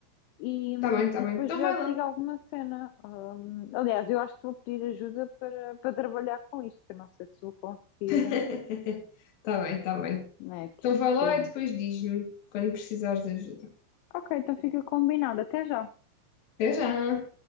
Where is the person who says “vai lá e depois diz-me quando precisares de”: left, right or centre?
Left